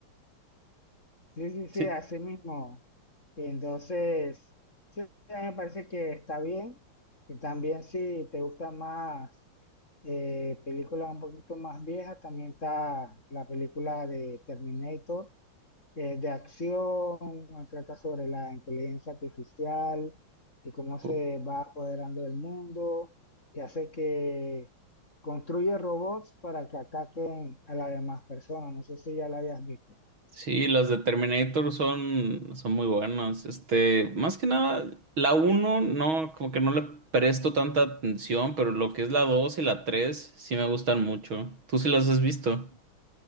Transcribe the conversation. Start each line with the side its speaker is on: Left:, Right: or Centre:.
Left: Sí, sí, sí,
Right: Sí,
Left: así mismo. Entonces, sí, a mí me parece que está bien, y también si te gusta más Eh, películas un poquito más viejas, también está la película de Terminator, eh, de acción, trata sobre la inteligencia artificial y cómo se
Right: u-
Left: va apoderando del mundo y hace que construye robots para que ataquen a las demás personas. No sé si ya la habías visto.
Right: sí, las de Terminator son, son muy buenas. Este, más que nada, la uno no, como que no le presto tanta atención, pero lo que es la 2 y la 3 sí me gustan mucho. ¿Tú sí las has visto?